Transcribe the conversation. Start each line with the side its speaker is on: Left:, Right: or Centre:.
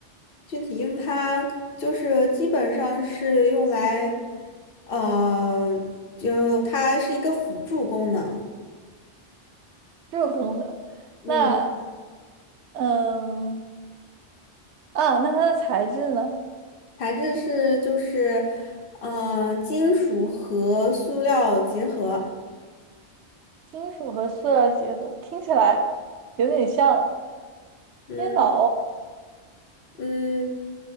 Left: 具体用它就是基本上是用来，呃，就它是一个辅助功能。
Right: 这个功能，
Left: 嗯。
Right: 那嗯啊，那它的材质呢？
Left: 材质是就是，嗯、金属和塑料结合。
Right: 金属和塑料结合，听起来有点像
Left: 嗯
Right: 电脑。
Left: 嗯，